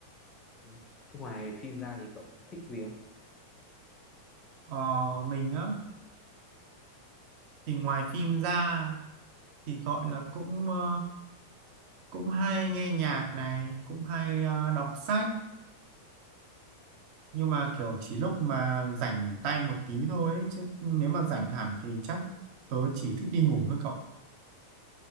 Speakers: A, on the left (about 25°); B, on the right (about 45°).
A: ừ. Thế ngoài phim ra thì cậu thích gì không
B: Ờ, mình á thì ngoài phim ra thì gọi là cũng ờ, cũng hay nghe nhạc này cũng hay ờ, đọc sách nhưng mà kiểu chỉ lúc mà rảnh tay một tí thôi ấy, chứ nếu mà rảnh hẳn thì chắc tớ chỉ thích đi ngủ thôi cậu